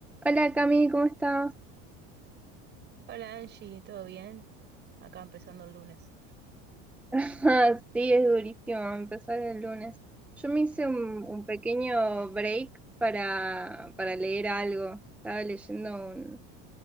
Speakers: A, in the centre; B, on the right.
A: Hola Cami, ¿cómo estás?
B: Hola Angie, ¿todo bien? Acá empezando el lunes.
A: <laughs> Sí, es durísimo empezar el lunes. Yo me hice un, un pequeño break para, para leer algo. Estaba leyendo un,